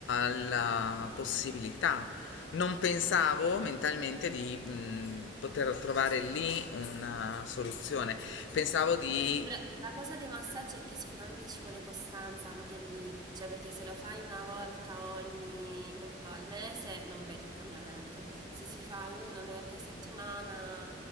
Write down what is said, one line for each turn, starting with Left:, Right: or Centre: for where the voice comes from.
Left: la, la possibilità. Non pensavo
Right: Ok.
Left: mentalmente di mh, poter trovare lì una soluzione. Pensavo di...
Right: Beh, sicura- La cosa dei massaggi è che sicuramente ci vuole costanza anche lì, cioè perché se lo fai una volta ogni boh, al mese non vedi il cambiamento. Se si fa uno o due volte a settimana,